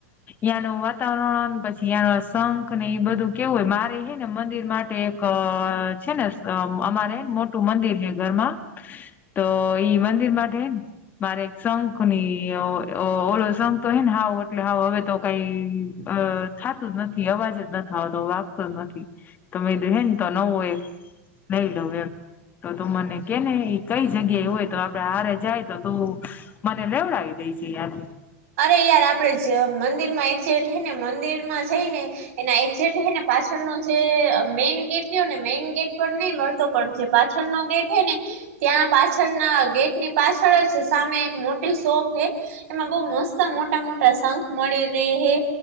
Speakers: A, on the left; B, on the right.
A: યાનું વાતાવરણ પછી યાના શંખ ને એ બધું કેવું હોય મારે ને મંદિર માટે એક છે ને અમારે મોટું મંદિર હે ઘરમાં તો ઈ મંદિર માટે ને મારે એક શંખ ની ઓલો શંખ તો હે ને હાવ એટલે હાવ હવે તો કઈ અ થાતું જ નથી અવાજ જ નથ આવતો વાગતો નથી તોમે <unintelligible> હે ને તો નવો એક લઈ લવ એમ તો મને કેને એ કઈ જગ્યાએ એ હોય તો આપડે હારે જાય તો તું મને લેવડાવી દયજે યાંથી
B: અરે યાર જ આપડે મંદિર માં એજેટ થઈ ને મંદિરમાં જઈને એના એકઝેટ હે ને પાછળનો જે મેન ગેટ રહ્યો ને મેઈન ગેટ પર નહી મળતો પણ પાછળ નો ગેટ હોય ને ત્યાં પાછળ ના ગેટની પાછળ જ સામે એક મોટી શોપ હે એમાં બઉ મસ્ત મોટા મોટા શંખ મળી રેહે